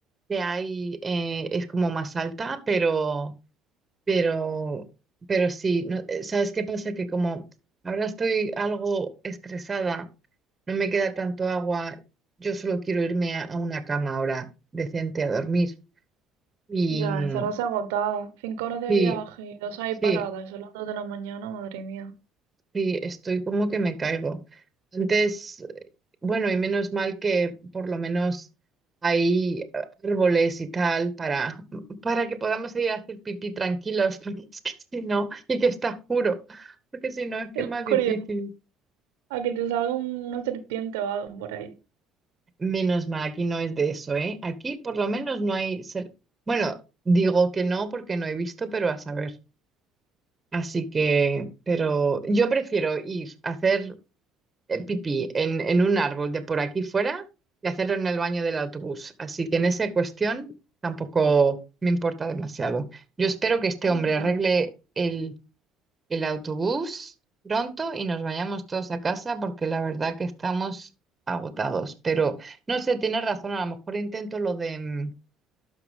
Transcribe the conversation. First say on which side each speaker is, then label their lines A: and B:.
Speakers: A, on the right; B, on the right.
A: que hay eh, es como más alta, pero, pero, pero sí. no- eh, ¿sabes qué pasa? Que como ahora estoy algo estresada no me queda tanto agua, yo solo quiero irme a, a una cama ahora decente a dormir. Y
B: Ya,
A: mm,
B: estarás agotada. Cinco horas de
A: sí,
B: viaje y dos ahí
A: sí,
B: paradas, son las dos de la mañana, madre mía.
A: sí, estoy como que me caigo. entonces bueno, y menos mal que por lo menos hay árboles y tal para, para que podamos ir a hacer pipí tranquilos, <laughs> porque es que si no, y que está oscuro, porque si no es que
B: En
A: es
B: la
A: más
B: oscuridad,
A: difícil.
B: a que te salga un- una serpiente o algo por ahí.
A: Menos mal, aquí no es de eso, ¿eh? Aquí por lo menos no hay... ser- Bueno, digo que no porque no he visto, pero a saber. Así que, pero yo prefiero ir a hacer eh, pipí en, en un árbol de por aquí fuera y hacerlo en el baño del autobús. Así que en esa cuestión tampoco me importa demasiado. Yo espero que este
B: Oh,
A: hombre
B: va.
A: arregle el el autobús pronto y nos vayamos todos a casa porque la verdad que estamos agotados. Pero no sé, tienes razón, a lo mejor intento lo de...